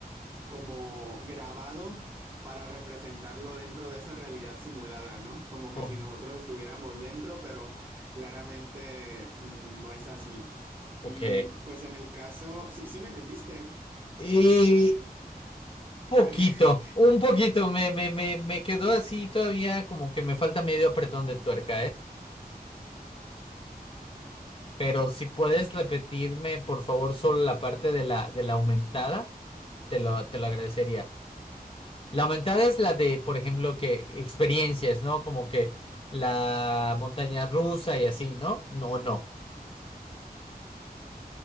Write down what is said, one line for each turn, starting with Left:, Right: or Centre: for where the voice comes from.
Right: como grabado para representarlo dentro de esa realidad simulada, ¿no? Como que
Left: O-
Right: si nosotros estuviéramos dentro, pero claramente mm, no es así.
Left: ok.
Right: Y pues en el caso, sí, sí me entendiste.
Left: Y Poquito,
Right: Eh, <laughs>
Left: un poquito, me, me, me, me quedó así todavía como que me falta medio apretón de tuerca, ¿eh? Pero si puedes repetirme, por favor, solo la parte de la, de la aumentada, te lo, te lo agradecería. La aumentada es la de, por ejemplo, que experiencias, ¿no? Como que la montaña rusa y así, ¿no? No, no.